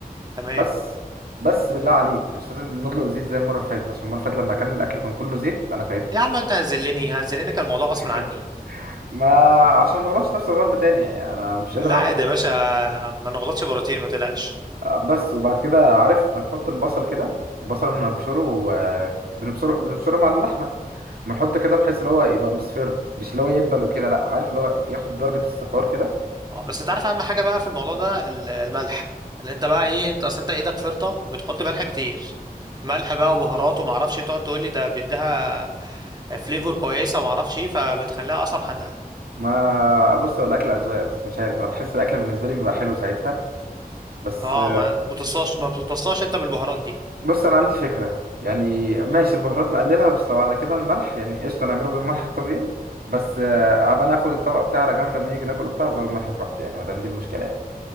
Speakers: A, on the right; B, on the right.
A: تمام
B: بس بس بالله عليك مش لازم نطلق زيت زي المره اللي فاتت عشان المره اللي فاتت لما كان الاكل كان كله زيت انا تعبت
A: يا عم انت هزلني هزلني كان الموضوع غصب
B: <laughs>
A: عني
B: ما عشان ما تغلطش نفس الغلطه تانية يعني انا مش قادر
A: لا
B: اروح
A: عادي يا باشا ما نغلطش مرتين ما تقلقش
B: آه، بس وبعد كده عارف بنحط البصل كده البصل بنبشره وبنبشره بنبشره مع اللحمة بنحط كده بحيث اللي هو يبقى مصفر مش اللي هو يدبل وكده لا عارف اللي هو ياخد درجة الصفار كده
A: اه بس انت عارف اهم حاجه بقى في الموضوع ده ال- الملح اللي انت بقى ايه انت اصل انت ايدك فرطه وبتحط ملح كتير ملح بقى وبهارات وما اعرفش تقعد تقول لي ده بيديها فليفر كويسه وما اعرفش ايه فبتخليها اصلا حادقه
B: ما بص هو الأكل أذواق بس مش عارف أنا بحس الأكل بالنسبة لي بيبقى حلو ساعتها بس
A: اه
B: آه،
A: ما بتوصاش ما بتوصاش انت بالبهارات دي
B: بص أنا عندي فكرة يعني ماشي البهارات نقللها بس لو على كده الملح يعني قشطة نعمله بالملح الطبيعي بس آه،
A: مم.
B: أبقى ناخد الطبق بتاعي على جنب لما نيجي ناكله بتاع زود الملح براحتي يعني ما دام دي المشكلة يعني